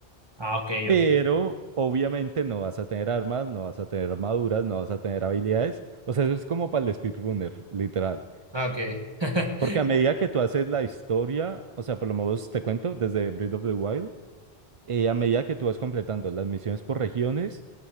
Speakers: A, on the right; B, on the right.
A: Ah, ok,
B: Pero
A: ok.
B: obviamente no vas a tener armas, no vas a tener armaduras, no vas a tener habilidades. O sea, eso es como para el speedrunner, literal.
A: Ah, ok. <laughs>
B: Porque a medida que tú haces la historia, o sea, por lo menos te cuento, desde Breath of the Wild, eh, a medida que tú vas completando las misiones por regiones,